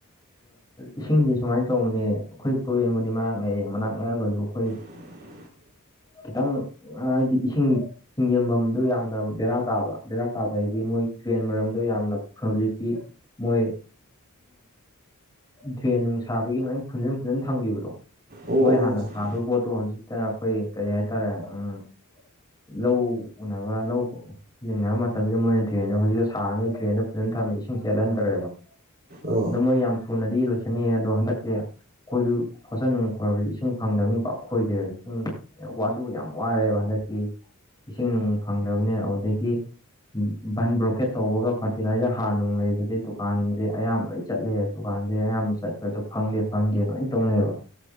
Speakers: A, on the left; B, on the right.
A: ꯏꯁꯤꯡꯁꯦ ꯁꯨꯃꯥꯏ ꯇꯧꯕꯅꯦ ꯑꯩꯈꯣꯏ ꯇꯨꯔꯦꯟꯕꯨꯗꯤ ꯃꯅꯥꯛ ꯅꯛꯑꯦ ꯃꯅꯥꯛ ꯅꯛꯑꯒꯁꯨ ꯑꯩꯈꯣꯏ
B: <inaudible>
A: ꯈꯤꯇꯪ ꯍꯥꯏꯗꯤ ꯏꯁꯤꯡ ꯆꯤꯡꯖꯟꯐꯝꯗꯨ ꯌꯥꯝꯅ ꯕꯦꯔꯥ ꯀꯥꯕ꯫ ꯗꯔꯥ ꯀꯥꯕ ꯍꯥꯏꯗꯤ ꯃꯣꯏ ꯗ꯭ꯔꯦꯟ ꯃꯔꯝꯗꯣ ꯌꯥꯝꯅ ꯍꯧꯖꯤꯛꯇꯤ ꯃꯣꯏ ꯗ꯭ꯔꯦꯟ ꯅꯨꯡ ꯁꯥꯕꯒꯤ ꯂꯣꯏ ꯐꯨꯟꯖꯟ- ꯐꯨꯟꯖꯟ ꯊꯝꯈꯤꯕꯗꯣ
B: ꯑꯣ
A: ꯃꯣꯏ ꯍꯥꯟꯅ ꯁꯥꯗꯧꯕ ꯄꯣꯠꯇꯣ ꯍꯧꯖꯤꯛꯇ ꯑꯩꯈꯣꯏ ꯀꯔꯤ ꯍꯥꯏꯇꯥꯔꯦ ꯎꯝ ꯂꯧ ꯎꯅꯕ ꯂꯧ ꯀꯣꯛꯎ ꯂꯤꯡꯅꯕ ꯃꯇꯝꯖꯤꯗ ꯃꯣꯏꯅ ꯗ꯭ꯔꯦꯟꯗꯣ ꯍꯧꯖꯤꯛꯛꯇ ꯁꯥꯔꯝꯃꯤ ꯗ꯭ꯔꯦꯟꯗꯣ ꯐꯖꯅ ꯊꯝꯃꯤ ꯏꯁꯤꯡ ꯆꯦꯜꯍꯟꯗ꯭ꯔꯦꯕ꯫
B: ꯑꯣ ꯑꯣ
A: ꯑꯗꯨꯣ ꯃꯣꯏ ꯌꯥꯝ ꯊꯨꯅꯗꯤ ꯂꯣꯏꯁꯟꯅꯤꯑꯦ ꯑꯗꯣ ꯍꯟꯗꯛꯁꯦ ꯑꯩꯈꯣꯏꯁꯨ ꯐꯣꯠꯁꯟ ꯅꯨꯡ ꯈꯣꯏꯕꯗꯤ ꯏꯁꯤꯡ ꯐꯪꯗꯕꯅꯤ ꯄꯥꯛ ꯈꯣꯏꯗꯦꯕ ꯏꯁꯤꯡ ꯋꯥꯖꯨ ꯌꯥꯝ ꯋꯥꯔꯦꯕ ꯍꯟꯗꯛꯇꯤ ꯏꯁꯤꯡ ꯅꯨꯡ ꯐꯪꯗꯕꯅꯦ ꯑꯗꯨꯗꯒꯤ ꯕꯟ ꯕ꯭ꯔꯣꯀꯦꯠ ꯇꯧꯕꯒ ꯐꯔꯇꯤꯂꯥꯏꯖꯔ ꯍꯥꯔ ꯅꯨꯡ ꯂꯩꯕꯁꯦ ꯗꯨꯀꯥꯟꯖꯦ ꯑꯌꯥꯝꯕꯅ ꯆꯠꯂꯦ ꯗꯨꯀꯥꯟꯖꯦ ꯑꯌꯥꯝꯕ ꯆꯠꯄꯦꯗꯣ ꯐꯪꯗꯦ- ꯐꯪꯗꯦ ꯂꯣꯏꯅ ꯇꯧꯅꯩꯑꯕ꯫